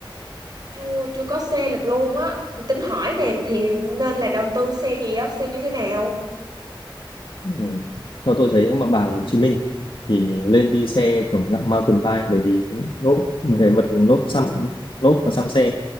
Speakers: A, on the right; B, on the left.
A: chưa chưa có xe lập luôn á Thì tính hỏi nè thì nên là đầu tư xe gì á xe như thế nào
B: Ừ. Theo tôi thấy nếu mà bà ở Hồ Chí Minh thì lên đi xe kiểu dạng mountain bike bởi vì lốp cái vật lốp xăm lốp và xăm xe